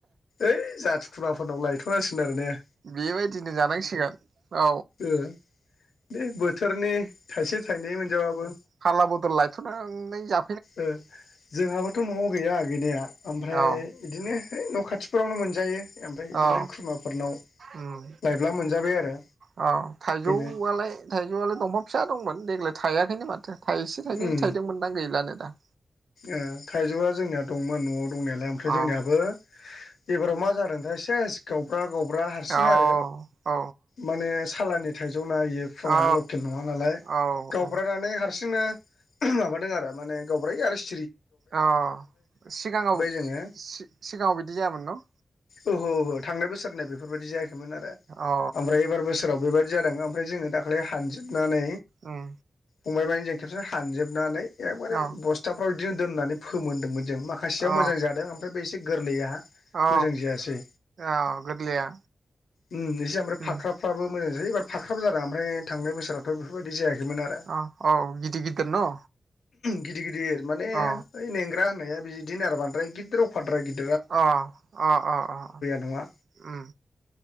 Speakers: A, on the left; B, on the right.
A: ओइ जाथि खुरमाफोरनाव लायथ'नां <inaudible>
B: बेबायदिनो जानांसिगोन औ
A: ओ बे बोथोरनि थाइसे थाइनै मोनजाबाबो
B: फारला बदल लायथ'नानै जा
A: ओ जोंहाबोथ' न'आव गैया गैया गैनाया। ओमफ्राय
B: औ
A: बिदिनो ओइ न' खाथिफोरावनो मोनजायो ओमफ्राय बिदिनो
B: औ
A: खुरमाफोरनाव
B: उम
A: लायब्ला मोनजाबाय आरो
B: औ थाइजौआलाय
A: बेनो
B: थाइजौआलाय दंफां फिसा दंमोन देग्लाय थायाखैनो माथो थाइसे थाइनै
A: उम
B: थायदोंमोनदां गैलानो दा
A: ओ थाइजौआ जोंनिया दंमोन न'आव दंनायालाय ओमफ्राय
B: अ
A: जोंनियाबो एबाराव मा जादोंथाय सेस गावब्रा गावब्रि ब्ला हारसिंनो
B: औ
A: आरो
B: औ
A: माने सालानि थाइजौ जना होयो फुङा
B: औ
A: लकेल नङा नालाय
B: औ
A: गावब्रानानै
B: औ
A: हारसिं जोङो माबा दङो आरो माने गावब्रायो आरो सिरि
B: अ सिगाङाव
A: जोङो
B: सिगाङाव बिदि जायामोन न'?
A: ओहो ओहो थांनाय बोसोरनिया बेफोरबायदि जायाखै आरो
B: अ
A: ओमफ्राय एबार बोसोराव बेबायदि जादों ओमफ्राय जोङो दाख्लै हानजोब नानै
B: उम
A: फंबायमोनजों खेबसे हानजोबनानै एबारे
B: औ
A: बस्ट अ दिनो दोननानै फोमोनदोंमोन माखासेयाव
B: औ
A: मोजां जादों ओमफ्राय बे थि गोरलैआ
B: औ
A: मोजां जायासै
B: औ गोरलैया
A: उम एसे ओमफ्राय
B: उम
A: फाख्राफ्राबो मोजां जायासै एबार फाख्राबो जादों ओमफ्राय थांनाय बोसोरावथ' बेफोरबायदि जायाखैमोन आरो
B: औ औ गिदिर गिदिर न
A: गिदिर गिदिर गिदिर माने
B: अ
A: ओइ नेंग्रा बिदिनो आरो बांद्राय गिदिर अफाद्राइ गिद
B: अ अ अ अ
A: नङा
B: उम